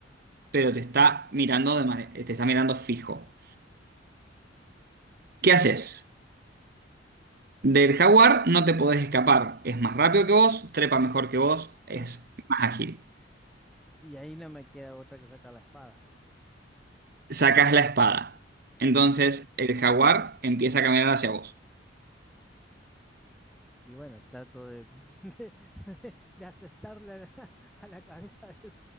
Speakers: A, on the right; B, in the centre.
A: pero te está mirando de mane- te está mirando fijo. ¿Qué haces? Del jaguar no te podés escapar. Es más rápido que vos, trepa mejor que vos, es
B: Sí.
A: más ágil.
B: Y ahí no me queda otra que sacar la espada.
A: Sacás la espada.
B: Sí.
A: Entonces el jaguar empieza a caminar hacia vos.
B: Y bueno, trato de, <laughs> de, de- de acertarle a la, a la cabeza del,